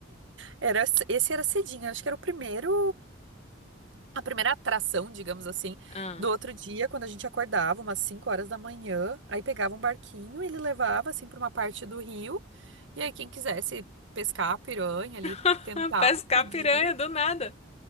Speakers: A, on the right (about 65°); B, on the left (about 30°).
A: Era, esse era cedinho, acho que era o primeiro. a primeira atração, digamos assim,
B: Ah.
A: do outro dia, quando a gente acordava, umas 5 horas da manhã, aí pegava um barquinho, ele levava assim para uma parte do rio, e aí quem quisesse pescar piranha ali,
B: <laughs>
A: tentar,
B: Pescar
A: podia.
B: piranha do nada.